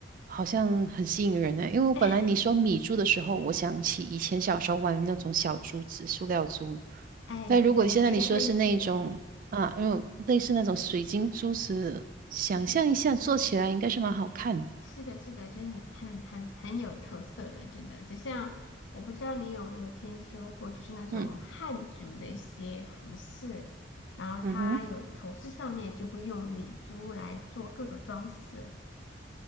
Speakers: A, on the right; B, on the left.
A: 好像很吸引人呢。因为我本来你说米珠的时候，
B: <laughs>
A: 我想起以前小时候玩的那种小珠子、塑料珠。
B: 哎，
A: 但如果现在你说是那一种啊，
B: 对，有点类似的，
A: 用类似那种水晶珠子，想象一下做起来应该是蛮好看的。
B: 就是是的，是的，就是很很很很有特色的，真的。就像我不知道你有没有听说过，就是那种汉族的一些服饰，
A: 嗯
B: 然后它有头饰上面就会用米珠来做各种装饰，
A: 嗯哼，